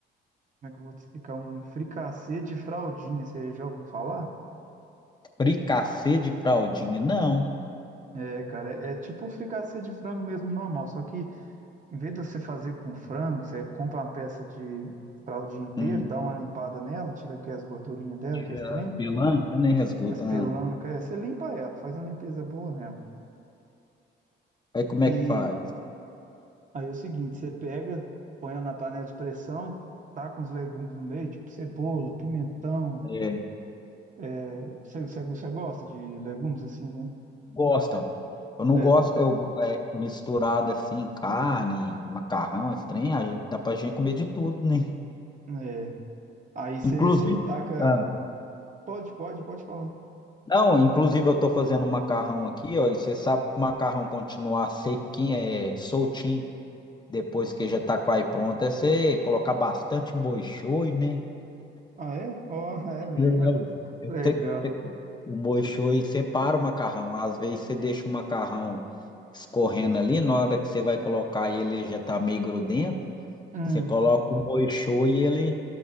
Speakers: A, on the right; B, on the left.
A: Como é que eu vou te explicar? Um fricassê de fraldinha. Você já ouviu falar?
B: Fricassê de fraldinha, não.
A: É, cara, é, é tipo um fricassê de frango mesmo normal, só que Em vez de você fazer com frango, você compra uma peça de para o dia inteiro,
B: Hum,
A: dá uma limpada nela, tira aqui as gordurinhas dela,
B: tira
A: que é estranho,
B: a pelanca, né? Resgo...
A: as
B: Ah,
A: pelancas, é, você limpa ela, faz uma limpeza boa nela.
B: aí como
A: E
B: é que faz?
A: aí é o seguinte, você pega, põe ela na panela de pressão, taca uns legumes no meio, tipo cebola, pimentão.
B: É,
A: é, você, você- você gosta de legumes assim, né?
B: gosta. Eu não
A: É,
B: gosto, eu go- é, misturado assim, carne, macarrão, esse trem, aí dá pra gente comer de tudo, né?
A: é. Aí você,
B: Inclusive,
A: você taca.
B: Ah.
A: Pode, pode, pode falar.
B: não, inclusive eu tô fazendo um macarrão aqui, ó, e você sabe que o macarrão continuar sequinho, é, soltinho. Depois que já tá quase pronto, é você colocar bastante molho shoyu, né?
A: Ah, é? Ó, é,
B: É,
A: velho.
B: ué.
A: <laughs>
B: Eu
A: Legal.
B: sei que você- o molho shoyu separa o macarrão. Às vezes você deixa o macarrão escorrendo ali, na hora que você vai colocar ele, ele já tá meio grudento.
A: Hum.
B: Você coloca o molho shoyu e ele,